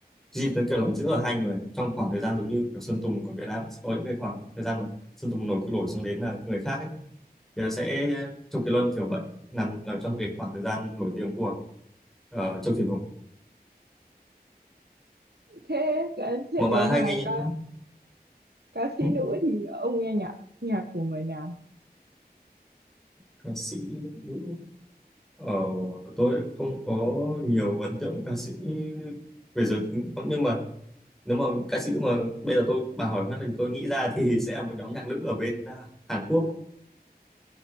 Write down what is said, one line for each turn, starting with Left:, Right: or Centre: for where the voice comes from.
Centre: Duy Tuấn Kiệt làm chữ ở hai người trong khoảng thời gian giống như kiểu Sơn Tùng ở Việt Nam sẽ có những cái khoảng thời gian mà Sơn Tùng nổi cứ nổi xong đến là những người khác ấy thì nó sẽ Châu Kiệt Luân kiểu vậy nằm, ở trong cái khoảng thời gian nổi tiếng của ờ, Châu Việt Hùng
Right: thế thế
Centre: mà
Right: nếu
Centre: bà
Right: mà
Centre: hay nghe những
Right: ca
Centre: à,
Right: ca sĩ
Centre: ừ,
Right: nữ thì ông nghe nhạc nhạc của người nào
Centre: ca sĩ nữ ờ, tôi không có nhiều ấn tượng ca sĩ về giới tính lắm. nhưng mà nếu mà ca sĩ mà bây giờ tôi bà hỏi phát thì tôi nghĩ ra thì sẽ là một nhóm nhạc nữ ở bên à, Hàn Quốc